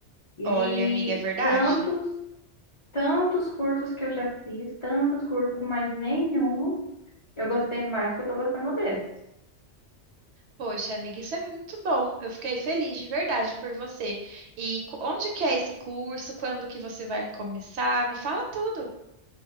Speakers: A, on the left (about 40°); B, on the right (about 70°).
A: E
B: Olha, amiga, é verdade?
A: tantos, tantos cursos que eu já fiz, tantos cursos, mas nenhum eu gostei mais que eu tô gostando desse.
B: Poxa, amiga, isso é muito bom. Eu fiquei feliz de verdade por você. E co- onde que é esse curso? Quando que você vai começar? Me fala tudo.